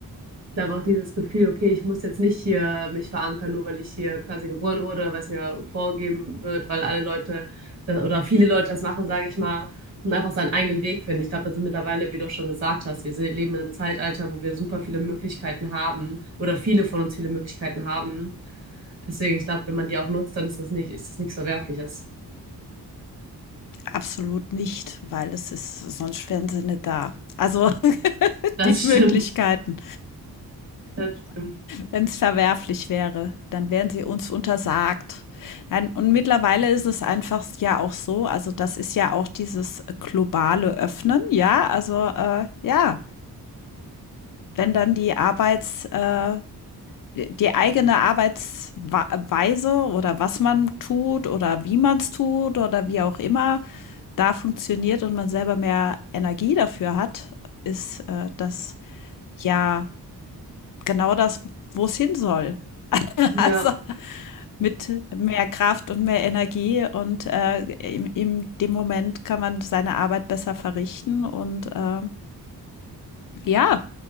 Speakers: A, on the right; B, on the left.
A: Ich glaube auch dieses Gefühl, okay, ich muss jetzt nicht hier mich verankern, nur weil ich hier quasi geboren wurde, weil es mir vorgegeben wird, weil alle Leute da- oder viele Leute das machen, sage ich mal, und einfach seinen eigenen Weg finden. Ich glaube, da sind mittlerweile, wie du auch schon gesagt hast, wir se- leben in einem Zeitalter, wo wir super viele Möglichkeiten haben oder viele von uns viele Möglichkeiten haben. Deswegen, ich glaube, wenn man die auch nutzt, dann ist das nicht, ist das nichts Verwerfliches.
B: Absolut nicht, weil es ist, sonst wären sie nicht da. Also <laughs>
A: Das
B: die
A: stimmt.
B: Möglichkeiten.
A: Das stimmt.
B: Wenn es verwerflich wäre, dann wären sie uns untersagt. Nein, und mittlerweile ist es einfach ja auch so, also das ist ja auch dieses globale Öffnen, ja, also äh, ja, wenn dann die Arbeits, äh, die eigene Arbeitsweise oder was man tut oder wie man es tut oder wie auch immer da funktioniert und man selber mehr Energie dafür hat, ist äh, das ja genau das, wo es hin soll. <laughs>
A: Ja,
B: Also Mit mehr Kraft und mehr Energie und, äh, in in dem Moment kann man seine Arbeit besser verrichten und, äh, ja,